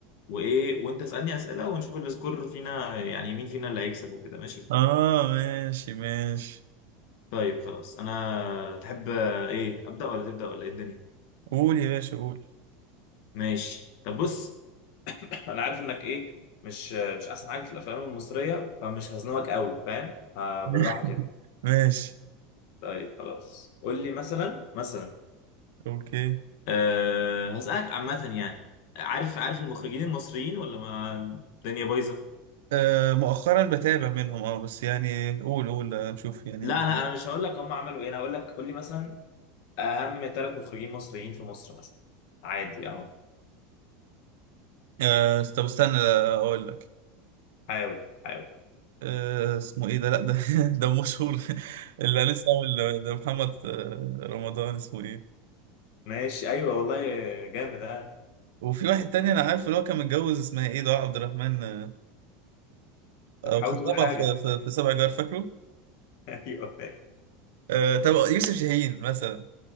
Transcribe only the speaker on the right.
اه ماشي ماشي
قول يا باشا قول
<laughs>
ماشي
اوكي
آه مؤخرا بتابع منهم اه بس يعني قول قول آه، نشوف يعني
آه طب استنى آه، اقول لك
آه، اسمه ايه ده لا ده <laughs> ده مشهور اللي لسه عامل ده محمد آه، رمضان اسمه ايه
وفي واحد تاني انا عارفه اللي هو كان متجوز اسمها ايه دعاء عبد الرحمن آه، او
خطيبها
في, في,
في سبع جار فاكره
آه طب يوسف شاهين مثلا